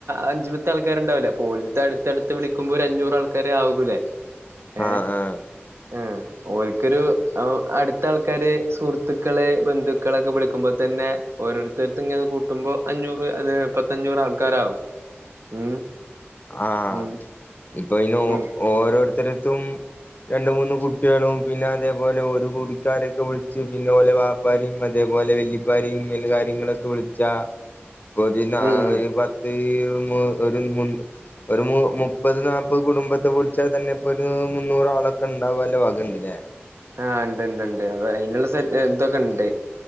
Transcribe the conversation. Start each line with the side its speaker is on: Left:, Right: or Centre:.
Right: അഞ്ചു പത്ത് ആൾക്കാരുണ്ടാവൂല്ലേ പോ ഇ അടുത്തടുത്ത് വിളിക്കുമ്പോ ഒരു അഞ്ഞൂറ് ആൾക്കാരെ ആകൂല്ലേ ഏഹ്
Left: ആഹ് ആഹ്
Right: ആഹ് ഓലിക്കൊരു അടുത്ത ആൾക്കാര് സുഹൃത്തുക്കള് ബന്ധുക്കളൊക്കെ വിളിക്കുമ്പോതന്നെ ഓരോരുത്തടുത്ത് ഇങ്ങനെ അത് കൂട്ടുമ്പോ അഞ്ഞൂറ് അത് പത്തഞ്ഞൂറ് ആൾക്കാരാവും ഉം
Left: ആഹ്
Right: ഉം
Left: ഇപ്പൊ അയിന്
Right: ഉം
Left: ഓരോരുത്തര തും രണ്ട് മൂന്ന് കുട്ടികളും പിന്നെ അതേപോലെ ഒരു കുടിക്കാരൊക്കെ വിളിച്ച് പിന്നെ ഓലെ വാ ഉപ്പാരിം അതേപോലെ വെല്ലിപ്പാരിം കാര്യങ്ങളൊക്കെ വിളിച്ചാ ഒരു നാ
Right: ഉം ഉം
Left: ഒരു പത്ത് ഒരു മുന്നൂ ഒരു മു മുപ്പത് നാല്പ്പത് കുടുംബത്തെ വിളിച്ചാൽ തന്നെ ഇപ്പോ ഒരു മുന്നൂറാളൊക്കെ ഉണ്ടാവാള്ള വകണ്ട്ല്ലേ?
Right: ആഹ് ഉണ്ട്ണ്ട്ണ്ട് അത് അയിനുള്ള സെ തൊക്കെ ഇണ്ട്